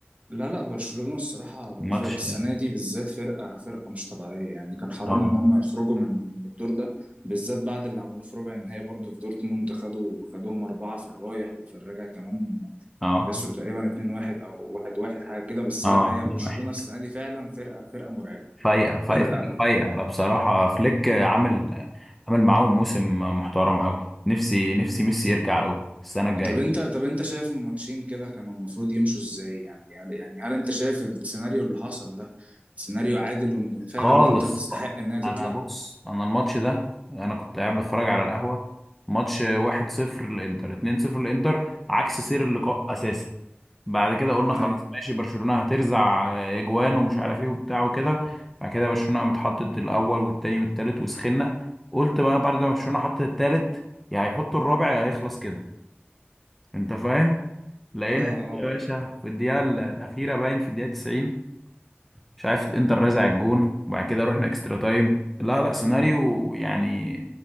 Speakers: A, on the right; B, in the centre.
A: لا لا برشلونة الصراحة
B: الماتش
A: الفرق السنة دي بالذات فرقة فرقة مش طبيعية يعني كان حرام
B: اه
A: إن هم يخرجوا من الدور ده بالذات بعد اللي عملوه في ربع النهائي برضه في دورتموند خدوا خدوهم أربعة في الرايح وفي الراجع كمان
B: اه
A: خسروا تقريبا 2-1 أو 1-1 حاجة كده بس
B: اه
A: لا هي
B: 2-1
A: برشلونة السنة دي فعلا فرقة فرقة مرعبة
B: فايقة فايقة
A: فرقة
B: فايقة فايقه. أنا بصراحة فليك عامل عامل معاهم موسم محترم أوي نفسي نفسي ميسي يرجع أوي السنة الجاية
A: طب انت طب انت شايف الماتشين كده كانوا المفروض يمشوا ازاي يعني يعني هل انت شايف السيناريو اللي حصل ده سيناريو عادل وان فعلا
B: خالص
A: انتر تستحق انها تطلع؟
B: أنا بص أنا الماتش ده أنا كنت قاعد بتفرج على القهوة ماتش 1-0 للإنتر 2-0 للإنتر عكس سير اللقاء أساسا بعد كده قلنا
A: اي
B: خلاص ماشي برشلونة هترزع إجوان ومش عارف إيه وبتاع وكده بعد كده برشلونة متحطت الأول والتاني والتالت وسخنا قلت بقى بعد ما برشلونة حطت التالت يا هيحطوا الرابع يا هيخلص كده انت فاهم لقينا
A: اه اه
B: يا باشا في الدقيقه ال- الاخيره باين في الدقيقه 90 مش عارف الانتر رازع الجون وبعد كده رحنا اكسترا تايم لا لا سيناريو يعني